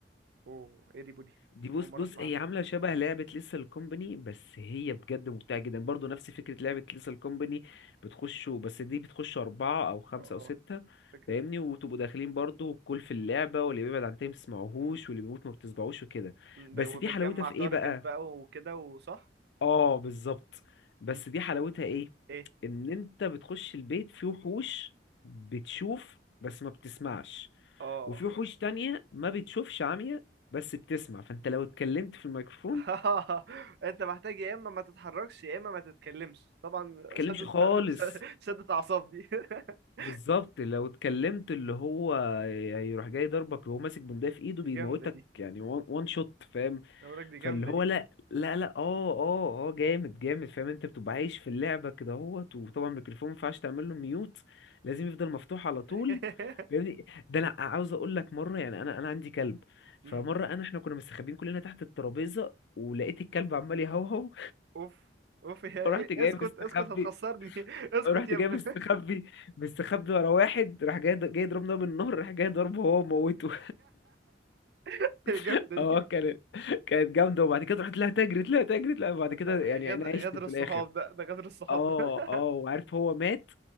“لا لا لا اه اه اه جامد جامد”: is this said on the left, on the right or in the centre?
Left